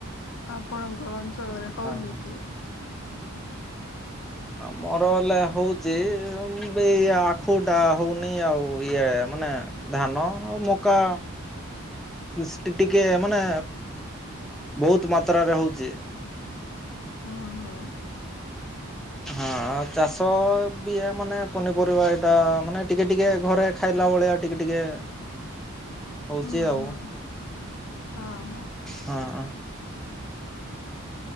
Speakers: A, on the left; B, in the centre.
A: ଆପଣଙ୍କ ଅଞ୍ଚଳରେ ହଉନି
B: ହଁ।
A: କି
B: ଆମର ହେଲେ ହଉଛି ଏଇ ଆଖୁଟା ହଉନି ଆଉ ଇଏ ମାନେ ଧାନ ଆଉ ମକା କୃଷି ଟିକେ ମାନେ ବହୁତ ମାତ୍ରାରେ ହଉଛି
A: ହଁ ହଁ
B: ହଁ ଆ ଚାଷ ବି ମାନେ ପନିପରିବା ଏଇଟା ମାନେ ଟିକେ ଟିକେ ଘରେ ଖାଇଲା ଭଳିଆ ଟିକେ ଟିକେ ହଉଛି
A: ହୁଁ
B: ଆଉ
A: ହୁଁ ହଁ ହଁ
B: ହଁ